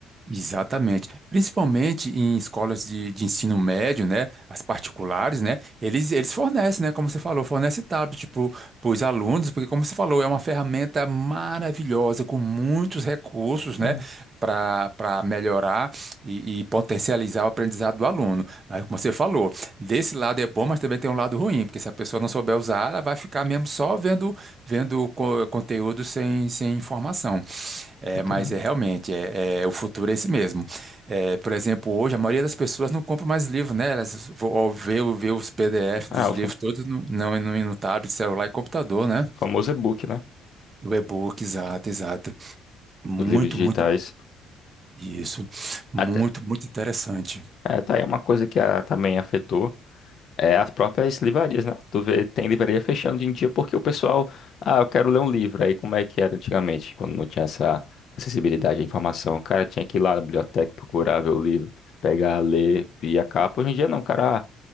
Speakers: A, on the right; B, on the left.
A: Exatamente. Principalmente em escolas de, de ensino médio, né? As particulares, né? Eles, eles fornecem, né? Como você falou, fornece tablet tipo, para os alunos, porque, como você falou, é uma ferramenta maravilhosa, com muitos recursos, né?
B: Sim,
A: Para para melhorar e, e potencializar o aprendizado do aluno. Aí, como você falou, desse lado é bom, mas também tem um lado ruim, porque se a pessoa não souber usar, ela vai ficar mesmo só vendo, vendo co- conteúdo sem, sem informação. É,
B: exatamente.
A: mas é realmente, é, é- o futuro é esse mesmo. É, por exemplo, hoje a maioria das pessoas não compra mais livro, né? Elas vo- ó, vê, o- vê os PDF
B: Ah,
A: dos livros
B: o fa-
A: todos no, não, no, no tablet, celular e computador, né?
B: o famoso e-book, né?
A: O e-book, exato, exato. Muito,
B: Os livros digitais.
A: muito, isso. Muito,
B: Até.
A: muito interessante.
B: É, tá aí uma coisa que a- também afetou. É, as próprias livrarias, né? Tu vê, tem livraria fechando hoje em dia porque o pessoal, ah, eu quero ler um livro. Aí como é que era antigamente, quando não tinha essa acessibilidade à informação? O cara tinha que ir lá na biblioteca procurar ver o livro, pegar, ler e a capa. Hoje em dia não, o cara, ah,